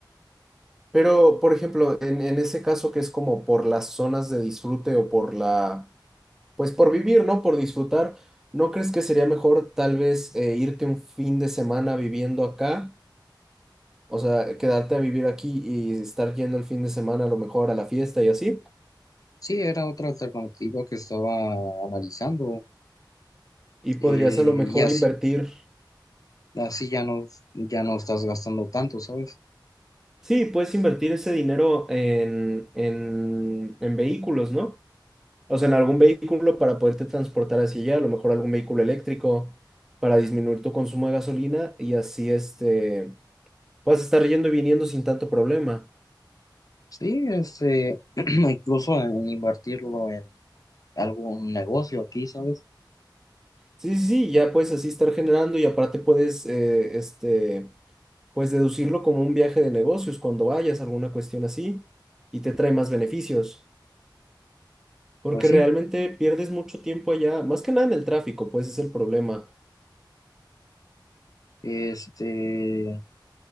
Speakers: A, in the centre; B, on the left (about 50°).
A: Pero, por ejemplo, en, en ese caso que es como por las zonas de disfrute o por la, pues por vivir, ¿no? Por disfrutar, ¿no crees que sería mejor tal vez eh, irte un fin de semana viviendo acá? O sea, quedarte a vivir aquí y estar yendo el fin de semana a lo mejor a la fiesta y así.
B: Sí, era otra alternativa que estaba analizando
A: Y podrías
B: eh,
A: a lo mejor
B: y así,
A: invertir.
B: así ya no, ya no estás gastando tanto, ¿sabes?
A: Sí, puedes invertir ese dinero en, en, en vehículos, ¿no? O sea, en algún vehículo para poderte transportar hacia allá, a lo mejor algún vehículo eléctrico para disminuir tu consumo de gasolina y así este, vas a estar yendo y viniendo sin tanto problema.
B: Sí, este, <clears throat> incluso en invertirlo en algún negocio aquí, ¿sabes?
A: Sí, sí, sí, ya puedes así estar generando y aparte puedes, eh, este, pues deducirlo como un viaje de negocios cuando vayas, alguna cuestión así, y te trae más beneficios, porque
B: Pues sí,
A: realmente pierdes mucho tiempo allá, más que nada en el tráfico, pues es el problema
B: este,